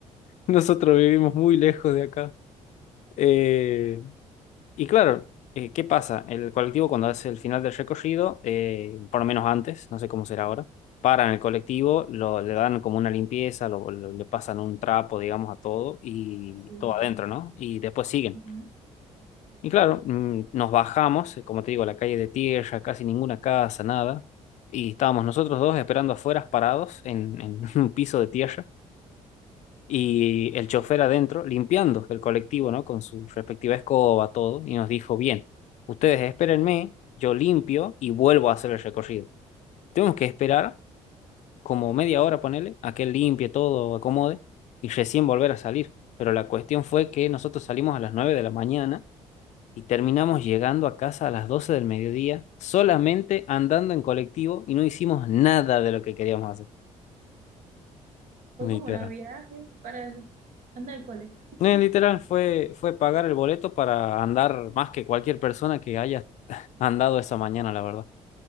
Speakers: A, on the left; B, on the right.
A: nosotros vivimos muy lejos de acá. Eh, y claro, eh, ¿qué pasa? El colectivo cuando hace el final del recorrido, eh, por lo menos antes, no sé cómo será ahora, paran el colectivo, lo, le dan como una limpieza, lo, lo- le pasan un trapo, digamos, a todo y
B: Sí.
A: todo adentro, ¿no? Y después siguen.
B: ujú.
A: Y claro, mm, nos bajamos, eh, como te digo, a la calle de tierra, casi ninguna casa, nada. Y estábamos nosotros dos esperando afuera, parados en, en <laughs> un piso de tierra y el chofer adentro limpiando el colectivo, ¿no? Con su respectiva escoba, todo, y nos dijo, bien, ustedes espérenme, yo limpio y vuelvo a hacer el recorrido. Tenemos que esperar como media hora, ponele, a que él limpie todo, acomode, y recién volver a salir. Pero la cuestión fue que nosotros salimos a las 9 de la mañana y terminamos llegando a casa a las 12 del mediodía, solamente andando en colectivo y no hicimos nada de lo que queríamos hacer.
B: Fue
A: Literal.
B: como un viaje para el- andar al cole.
A: Eh, literal, fue, fue pagar el boleto para andar más que cualquier persona que haya andado esa mañana, la verdad.